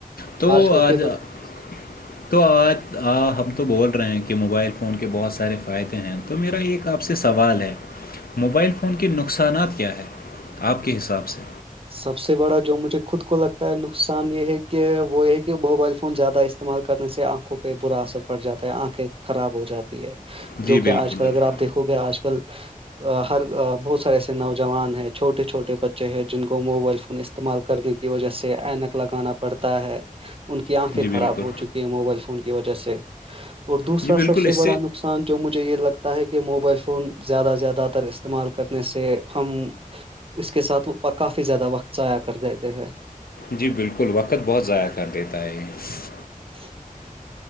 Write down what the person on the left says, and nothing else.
تو
آج
<inaudible> تو آج ہم تو بول رہے ہیں کہ موبائل فون کے بہت سارے فائدے ہیں تو میرا ایک آپ سے سوال ہے موبائل فون کے نقصانات کیا ہے آپ کے حساب سے
جی
بالکل
بالکل
جی
بالکل
جی بالکل
اس
جی بالکل وقت بہت ضائع کر دیتا ہے یہی